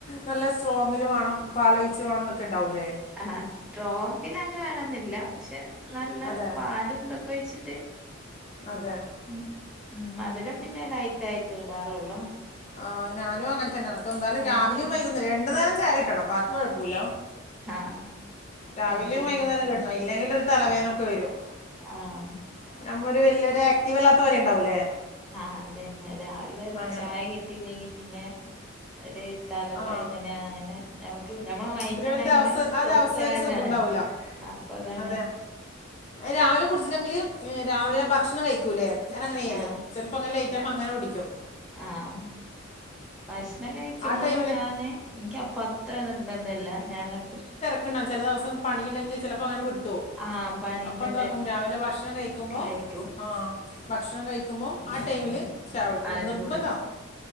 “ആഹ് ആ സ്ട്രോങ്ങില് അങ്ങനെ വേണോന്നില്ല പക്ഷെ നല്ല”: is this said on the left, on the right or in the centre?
Centre